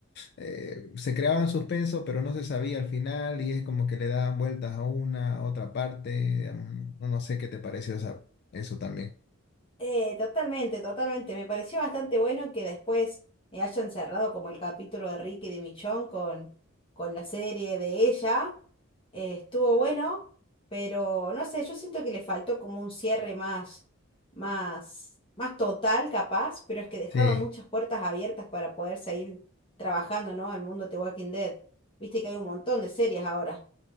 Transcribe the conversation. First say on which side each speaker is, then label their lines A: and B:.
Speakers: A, on the left (about 50°); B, on the left (about 25°).
A: eh, se creaban suspenso, pero no se sabía al final y es como que le daban vueltas a una, a otra parte. mm, No no sé qué te pareció esa- eso también.
B: eh, totalmente, totalmente. Me pareció bastante bueno que después eh, hayan cerrado como el capítulo de Rick y de Michonne con, con la serie de ella. Eh, estuvo bueno, pero no sé, yo siento que le faltó como un cierre más, más, más total, capaz, pero es que dejaron
A: Sí,
B: muchas puertas abiertas para poder seguir trabajando, ¿no? El mundo de Walking Dead. Viste que hay un montón de series ahora.